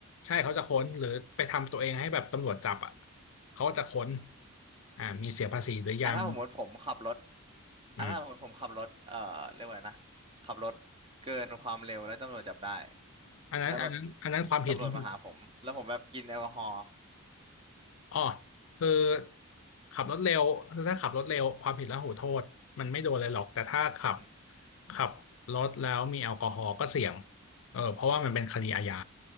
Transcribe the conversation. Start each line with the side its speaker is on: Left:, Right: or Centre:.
Left: ใช่เขาจะค้นหรือไปทำตัวเองให้แบบตำรวจจับอ่ะเขาจะค้นอ่ามีเสียภาษีหรือยัง
Right: อ่ะถ้าสมมติผมขับรถอ่ะถ้าสมมติผมขับรถเอ่อเรียกว่าไงนะขับรถเกินความเร็วแล้วตำรวจจับได้
Left: อืมอันนั้นอันนั้นอันนั้นความผิดนี่คือ
Right: แล้วแบบตำรวจมาหาผมแล้วผมแบบกินแอลกอฮอล์
Left: อ๋อคือขับรถเร็วคือถ้าขับรถเร็วความผิดแล้วหูโทษมันไม่โดนเลยหรอกแต่ถ้าขับ
Right: อือฮึ
Left: ขับรถแล้วมีแอลกอฮอล์ก็เสี่ยงเออเพราะว่ามันเป็นคดีอาญา